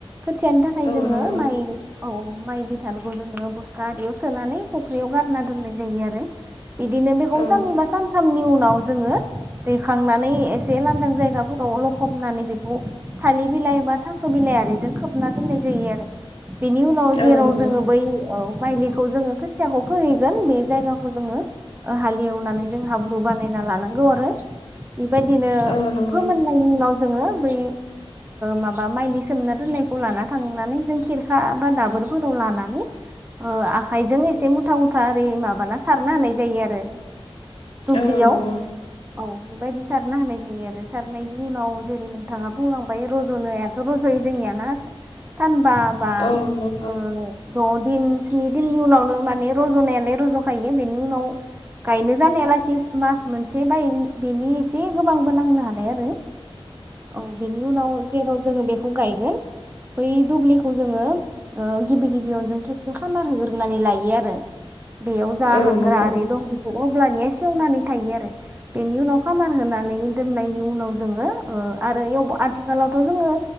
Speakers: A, on the right; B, on the left.
A: खोथियानो थाखाय
B: औ
A: जोङो
B: नंगौ
A: माइ औ माइ बिथानखौ जोङो बस्था आरियाव सोनानै फुख्रियाव गारना दोननाय जायो आरो बिदिनो बेखौ
B: औ
A: साननिबा सानथामनि उनाव जोङो दैखांनानै एसे लांदां जायगाफोराव लखबनानै बेखौ थालिर बिलाइ बा थास' बिलाइ आरिजों खोबना दोननाय जायो आरो बेनि उनाव जेराव
B: औ नंगौ
A: जोङो बै औ। माइलिखौ जोङो खोथियाखौ फोहैगोन बे जायगाखौ जोङो हालेवनानै जों हाब्रु बानायना लानांगौ आरो बेबायदिनो
B: औ नंगौ
A: फोमोननायनि उनाव जोङो बै माबा ओ माइलि सोमना दोननायखौ लाना थांनानै जों खिरखा बा दाबोरफोराव लानानै ओ आखाइजों एसे मुथा मुथा ओरै माबाना सारना होनाय जायो आरो दुब्लियाव
B: औ नंगौ।
A: औ बेबायदि सारना होनाय जायो आरो सारनायनि उनाव जेरै नोंथाङा बुंलांबाय रज'नायाथ' रज'यो जोंनियाना। सानबा बा
B: औ नंगौ
A: ओ द' दिन स्नि दिननि उनावनो माने रज'नायालाय रज'खायो बेनि उनाव गायनो जानायालासे मास मोनसे बा बेनि एसे गोबांबो नांनो हानाय आरो। औ बेनि उनाव जेराव। जोङो बेखौ गायगोन बै दुब्लिखौ जोङो ओ गिबि गिबि खेबसे खामार होग्रोनानै लायो आरो। बेयाव जा
B: औ
A: हाग्राआरि
B: नंगौ
A: दं बेखौ। अब्लानिया सेवनानै थायो आरो। बेनि उनाव खामार होनानै दोननायनि उनाव जोङो ओ आरो आथिखालावथ' जोङो